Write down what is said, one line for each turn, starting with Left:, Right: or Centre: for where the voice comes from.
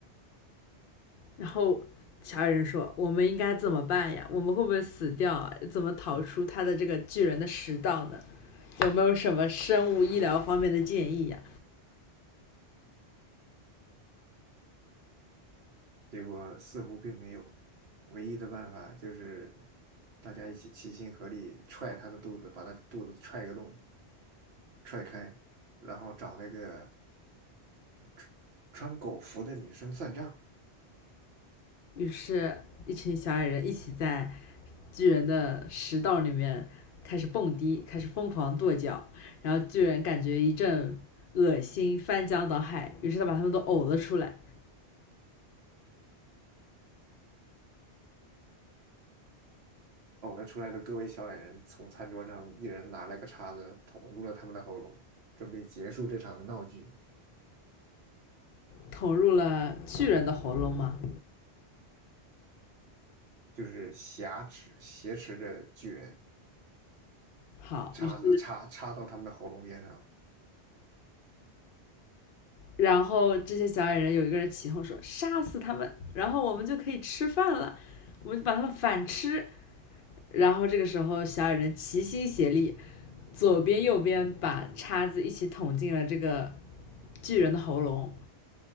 Left: 然后小矮人说：“我们应该怎么办呀？我们会不会死掉啊？怎么逃出他的这个巨人的食道呢？有没有什么生物医疗方面的建议呀？”
Right: 结果似乎并没有，唯一的办法就是大家一起齐心合力踹他的肚子，把他肚子踹个洞，踹开，然后找那个穿穿狗服的女生算账。
Left: 于是，一群小矮人一起在巨人的食道里面开始蹦迪，开始疯狂跺脚，然后巨人感觉一阵恶心，翻江倒海，于是他把他们都呕了出来，
Right: 呕了出来的各位小矮人从餐桌上一人拿了个叉子捅入了他们的喉咙，准备结束这场闹剧。
Left: 捅入了巨人的喉咙吗？
Right: 就是挟持挟持着巨人，
Left: 好，
Right: 叉子插插到他们的喉咙边上。
Left: 于是然后这些小矮人有一个人起哄说：“杀死他们，然后我们就可以吃饭了，我们就把他们反吃。”然后这个时候，小矮人齐心协力，左边右边把叉子一起捅进了这个巨人的喉咙。